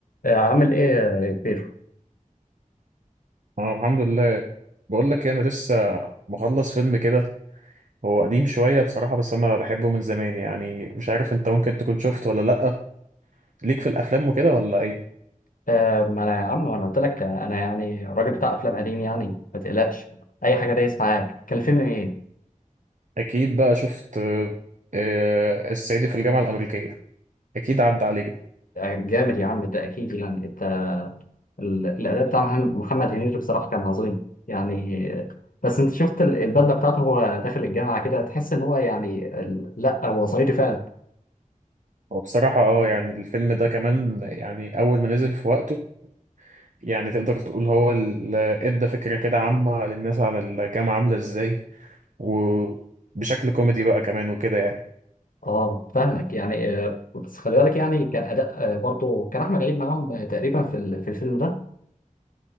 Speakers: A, on the left (about 75°); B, on the right (about 60°).
A: آه، عامل ايه يا بيرو؟
B: انا الحمد لله بقول لك إيه، انا لسه مخلص فيلم كده هو قديم شويه بصراحه بس انا بحبه من زمان يعني مش عارف انت ممكن تكون شفت ولا لا ليك في الافلام وكده ولا ايه
A: آه ما انا يا عم ما انا قلت لك آه، انا يعني راجل بتاع افلام قديم يعني ما تقلقش اي حاجه دايس معاك كان الفيلم ايه؟
B: اكيد بقى شفت آه، آه، الصعيدي في الجامعه الامريكيه اكيد عدى عليك ده
A: آه، جامد يا عم ده اكيد يعني انت ال- الاداء بتاع محمد محمد هنيدي بصراحه كان عظيم يعني آه، بس انت شفت ال- البدله بتاعته هو داخل الجامعه كده تحس ان هو يعني ال- لا هو صعيدي فعلا
B: وبصراحه اه يعني الفيلم ده كمان يعني اول ما نزل في وقته يعني تقدر تقول هو اللي ادى فكره كده عامه للناس عن الجامعه عامله ازاي وبشكل كوميدي بقى كمان وكده يعني
A: اه فاهمك يعني آه، بس خلي بالك يعني كان اداء آه، برضه كان احمد عيد معاهم آه، تقريبا في ال- في الفيلم ده